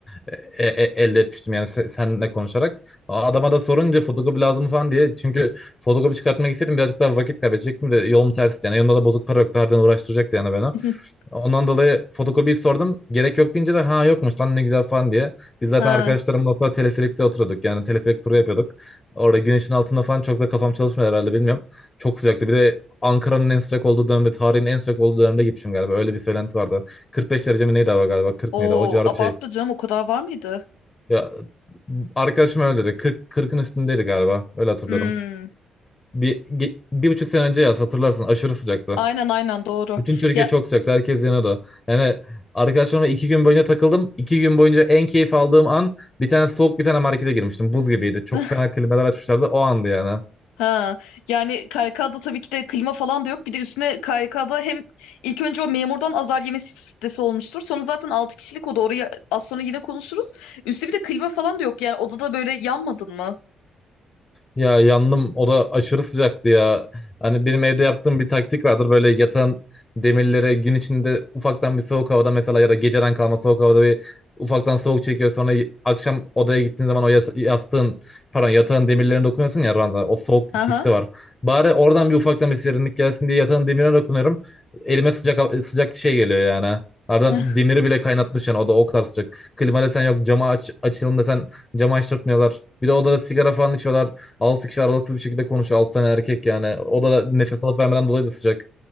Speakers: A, on the left; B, on the left.
A: e, e, e, elde etmiştim yani se- seninle konuşarak. A- Adama da sorunca fotokopi lazım mı falan diye. Çünkü fotokopi çıkartmak istedim birazcık daha vakit kaybedecektim de yolum ters yani. Yanımda da bozuk para yoktu harbiden uğraştıracaktı yani beni.
B: <laughs>
A: Ondan dolayı fotokopiyi sordum. Gerek yok deyince de ha yokmuş lan ne güzel falan diye. Biz zaten
B: Ha.
A: arkadaşlarımla o sıra teleferikte oturuyorduk. Yani teleferik turu yapıyorduk. Orada güneşin altında falan çok da kafam çalışmıyor herhalde bilmiyorum. Çok sıcaktı. Bir de Ankara'nın en sıcak olduğu dönemde, tarihin en sıcak olduğu dönemde gitmişim galiba. Öyle bir söylenti vardı. 45 derece mi neydi hava galiba? 40
B: Oo,
A: mıydı? O civarı
B: abarttı
A: bir şey.
B: canım o kadar var mıydı?
A: Ya, arkadaşım öyle dedi. 40, 40'ın üstündeydi galiba. Öyle hatırlıyorum.
B: Hmm,
A: Bir, ge- bir buçuk sene önce yaz hatırlarsın aşırı sıcaktı.
B: aynen aynen doğru.
A: Bütün Türkiye
B: Ya
A: çok sıcaktı. Herkes yanıyordu. Yani arkadaşlarımla iki gün boyunca takıldım. İki gün boyunca en keyif aldığım an bir tane soğuk bir tane markete girmiştim. Buz gibiydi. Çok
B: <laughs>
A: fena klimalar açmışlardı. O andı yani.
B: Ha, yani KYK'da tabii ki de klima falan da yok. Bir de üstüne KYK'da hem ilk önce o memurdan azar yemesi stresi olmuştur. Sonra zaten 6 kişilik oda orayı az sonra yine konuşuruz. Üstü bir de klima falan da yok. Yani odada böyle yanmadın mı?
A: Ya yandım o da aşırı sıcaktı ya. Hani benim evde yaptığım bir taktik vardır. Böyle yatan demirlere gün içinde ufaktan bir soğuk havada mesela ya da geceden kalma soğuk havada bir ufaktan soğuk çekiyor. Sonra y- akşam odaya gittiğin zaman o yas- yastığın pardon yatağın demirlerine dokunuyorsun ya ranza. O soğuk
B: Aha.
A: hissi var. Bari oradan bir ufaktan bir serinlik gelsin diye yatağın demirine dokunuyorum. Elime sıcak ha- sıcak şey geliyor yani. Ardından
B: <laughs>
A: demiri bile kaynatmış yani o da o kadar sıcak. Klima desen yok cama aç, açalım desen camı açtırtmıyorlar. Bir de odada sigara falan içiyorlar. 6 kişi aralıksız bir şekilde konuşuyor. 6 tane erkek yani. O da nefes alıp vermeden dolayı da sıcak.